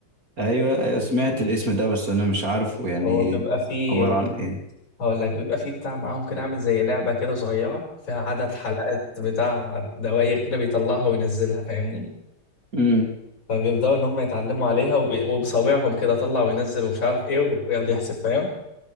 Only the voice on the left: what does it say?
هو بيبقى فيه
هقول لك بيبقى فيه بتاع معاهم كده عامل زي لعبه كده صغيره فيها عدد حلقات بتاع دواير كده بيطلعها وينزلها فاهمني
فبيبدأوا إن هم يتعلموا عليها وب- وبصابعهم كده طلع وينزل ومش عارف إيه ويقعد يحسب فاهم